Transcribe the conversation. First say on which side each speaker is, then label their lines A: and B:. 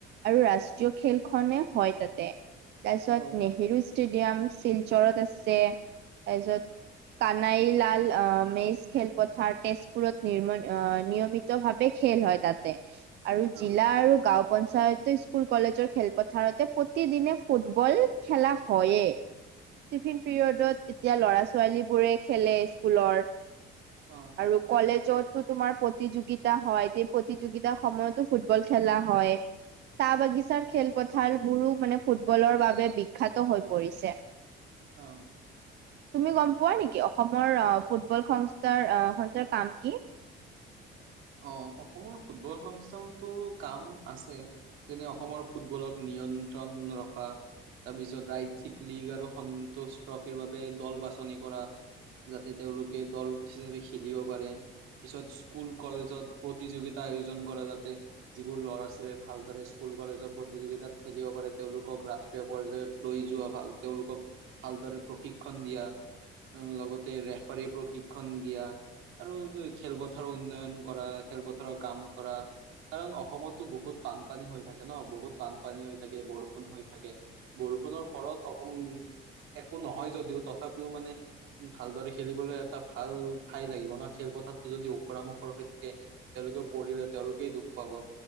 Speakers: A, on the right (about 55°); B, on the right (about 80°).
A: আৰু ৰাষ্ট্ৰীয় খেল খনে হয় তাতে তাৰপিছত
B: অ
A: নেহেৰু ষ্টেডিয়াম শিলচৰত আছে, তাৰপিছত কানাইলাল অ মেচ খেলপথাৰ তেজপুৰত নিৰ্ম-নিয়মিত ভাৱে খেল হয় তাতে। আৰু
B: অ
A: জিলা আৰু গাঁও পঞ্চায়ত স্কুল কলেজৰ খেলপথাৰতে প্ৰতিদিনে ফুটবল খেলা হয়ে।
B: <inaudible>
A: টিফিন পিৰিয়ডত তেতিয়া ল'ৰা-ছোৱালী বোৰে খেলে স্কুলৰ
B: অ'।
A: আৰু কলেজতো তোমাৰ প্ৰতিযোগিতা হয়। সেই প্ৰতিযোগিতাৰ সময়তো ফুটবল খেলা হয়। চাহ বাগিচাৰ খেলপথাৰ বোৰো মানে ফুটবলৰ বাবে বিখ্যাত হৈ পৰিছে।
B: অ'।
A: তুমি গম পোৱা নেকি অসমৰ ফুটবল সংস্থাৰ অ সংস্থাৰ কাম কি
B: অ, অসমৰ ফুটবল সংস্থানটো কাম আছে। যেনে অসমৰ ফুটবলক নিয়ন্ত্ৰণ ৰখা। তাৰপিছত ৰাজ্যিক লীগ আৰু সন্তোষ ট্ৰফিৰ বাবে দল বাছনি কৰা। যাতে তেওঁলোকে দল হিচাপে খেলিব পাৰে পিছত স্কুল কলেজত প্ৰতিযোগিতা আয়োজন কৰে যাতে যিবোৰ ল'ৰা ছোৱালীয়ে ভালদৰে স্কুল কলেজৰ প্ৰতিযোগিতাত খেলিব কৰে তেওঁলোকক ৰা ৰাষ্ট্ৰীয় পৰ্যায়ত লৈ যোৱা ভাল তেওঁলোকক ভালদৰে প্ৰশিক্ষণ দিয়া লগতে ৰেফাৰী প্ৰশিক্ষণ দিয়া আৰু খেলপথাৰ উন্নয়ন কৰা খেলপথাৰৰ কাম কৰা কাৰণ অসমতো বহুত বানপানী হৈ থাকে ন বহুত বানপানী হৈ থাকে বৰষুণ হৈ থাকে বৰষুণৰ ফলত অক একো নহয় যদিও তথাপিও মানে ভালদৰে খেলিবলৈ এটা ভাল ঠাই লাগিব ন খেলপথাৰতটো যদি ওখুৰামুখ মুখৰ হৈ থাকে তেওঁলোকেও পৰিলে তেওঁলোকেই দুখ পাব